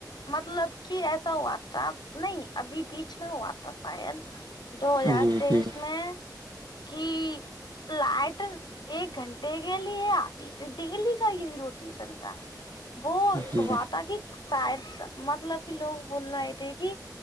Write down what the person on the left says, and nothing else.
مطلب کہ ایسا ہوا تھا نہیں ابھی بیچ میں ہوا تھا شاید دو ہزار
تیئیس
میں کی لائٹ ایک گھنٹے کے لیے آتی ت ڈیلی چاہے ت روٹی سنتا وہ
ہوا تھا کہ شاید مطلب کہ لوگ بول رہ آئے تھے کہ